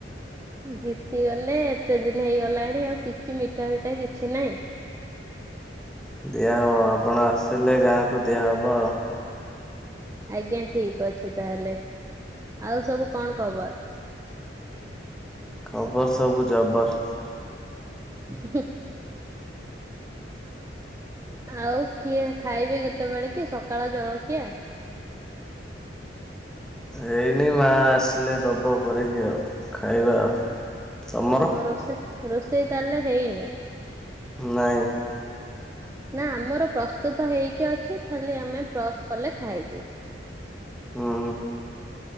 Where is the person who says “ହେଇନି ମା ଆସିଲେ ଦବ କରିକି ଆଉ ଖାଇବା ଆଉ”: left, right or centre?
Centre